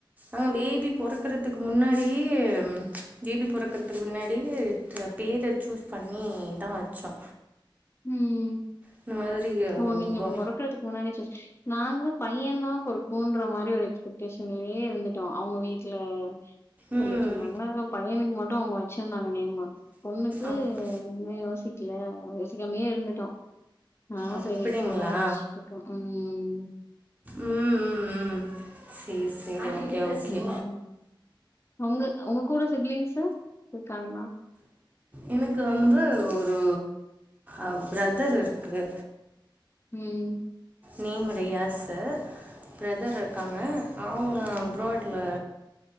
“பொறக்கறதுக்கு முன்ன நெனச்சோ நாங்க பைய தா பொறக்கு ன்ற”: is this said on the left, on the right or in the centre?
Left